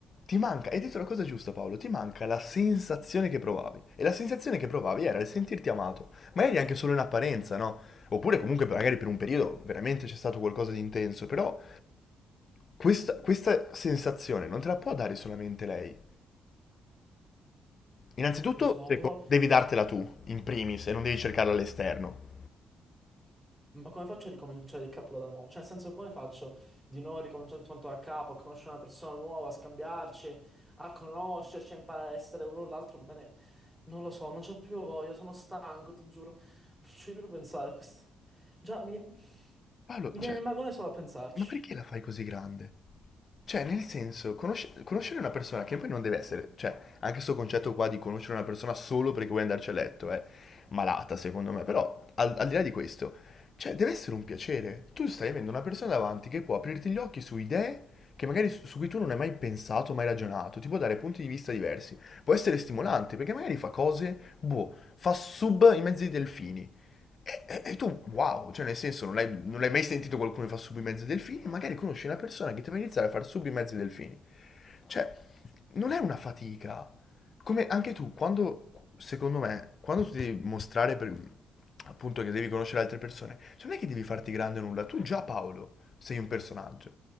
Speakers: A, on the left (about 45°); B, in the centre.
A: Ti manca, hai detto la cosa giusta Paolo, ti manca la sensazione che provavi. E la sensazione che provavi era il sentirti amato, ma eri anche solo in apparenza, no? Oppure comunque magari per un periodo veramente c'è stato qualcosa di intenso, però questa, questa sensazione non te la può dare solamente lei. Innanzitutto
B: lo so,
A: seco-
B: però
A: devi dartela tu, in primis, e non devi
B: sì.
A: cercarla all'esterno.
B: Ma come faccio a ricominciare il capo da nuovo? Cioè, nel senso, come faccio di nuovo a ricominciare tutto quanto da capo, a conoscere una persona nuova, a scambiarci, a conoscerci, a imparare a essere l'uno l'altro bene? Non lo so, non c'ho più voglia, sono stanco, ti giuro. <laughs> Non ci voglio più pensare a questo. Già, mi,
A: Paolo,
B: mi viene
A: cioè,
B: il magone solo a pensarci.
A: ma perché la fai così grande? Cioè, nel senso, conosce- conoscere una persona che poi non deve essere, cioè, anche questo concetto qua di conoscere una persona solo perché vuoi andarci a letto è malata, secondo me, però al, al di là di questo, cioè, deve essere un piacere. Tu stai avendo una persona davanti che può aprirti gli occhi su idee che magari su, su cui tu non hai mai pensato, mai ragionato, ti può dare punti di vista diversi. Può essere stimolante perché magari fa cose, boh, fa sub in mezzo ai delfini, e, e tu, wow, cioè nel senso non l'hai, non l'hai mai sentito qualcuno che fa sub i mezzi delfini, magari conosci una persona che ti fa iniziare a fare sub i mezzi delfini. Cioè, non è una fatica. Come anche tu, quando, secondo me, quando tu devi mostrare per, appunto che devi conoscere altre persone, cioè non è che devi farti grande nulla, tu già Paolo sei un personaggio,